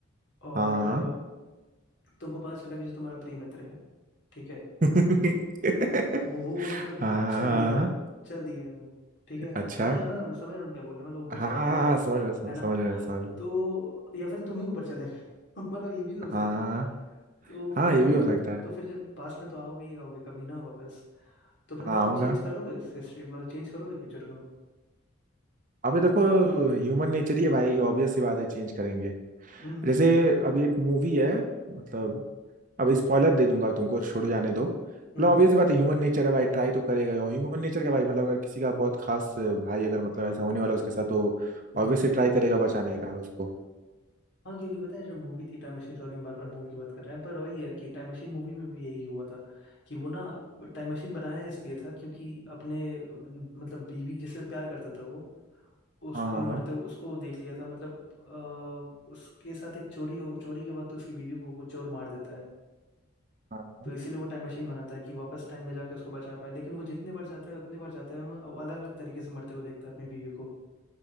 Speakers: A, on the left; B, on the right.
A: और
B: हाँ
A: अ, तुमको पता चला कि जो तुम्हारा प्रिय मित्र है ठीक है
B: <laughs>
A: वो
B: हाँ
A: वो मतलब
B: हाँ, हाँ, हाँ,
A: चल दिया
B: हाँ, हाँ।
A: चल दिया है वो ठीक है
B: अच्छा
A: समझ रहे हो ना समझ रहे हो ना क्या बोल रहे हैं मतलब ऊपर
B: हाँ
A: चला
B: हाँ हाँ,
A: गया है वो
B: हाँ, समझ रहा समझ
A: है ना
B: समझ रहा समझ रहा
A: तो या फिर तुम ही ऊपर चले गए <laughs> मतलब ये भी तो हो सकता
B: हाँ
A: है
B: हाँ
A: तो
B: हाँ,
A: फिर
B: हाँ, ये
A: मतलब
B: भी हो सकता है
A: तो फिर जब पास्ट में तो आओगे ही आओगे कभी ना वापस तो फिर मतलब
B: हाँ आऊंगा
A: चेंज करोगे हिस्ट्री मतलब चेंज करोगे फ्यूचर को
B: अबे देखो ह्यूमन नेचर ही है भाई ऑब्वियस सी बात है चेंज करेंगे
A: हम्म हम्म
B: जैसे
A: हम्म
B: अभी एक मूवी है मतलब अब स्पॉइलर दे दूंगा तुमको छोड़ जाने दो मतलब
A: हम्म हम्म,
B: ऑब्वियस
A: हम्म।
B: बात है ह्यूमन नेचर है भाई ट्राई तो करेगा ही। और ह्यूमन नेचर क्या भाई मतलब अगर किसी का बहुत खास भाई अगर मतलब ऐसा होने वाला है उसके साथ तो
A: हम्म।
B: ऑब्वियसली ट्राई करेगा बचाने का उसको
A: हाँ क्योंकि पता है जो मूवी थी टाइम मशीन सॉरी हम बार बार मूवी की बात कर रहे हैं पर वही है कि टाइम मशीन मूवी में भी यही हुआ था कि वो ना टाइम मशीन बनाया इसलिए था क्योंकि अपने अ, मतलब बीवी जिससे प्यार करता था वो उसको
B: हाँ हाँ
A: मरते
B: हाँ
A: हुए उसको देख लिया था मतलब अ, उसके साथ एक चोरी हो चोरी के वक्त उसकी बीवी को, को चोर मार देता है
B: हाँ हाँ
A: तो इसीलिए वो टाइम मशीन बनाता है कि वापस टाइम में जाके उसको बचा पाए लेकिन वो जितने बार जाता है उतने बार जाता है वो अलग अलग तरीके से मरते हुए देखता है अपनी बीवी को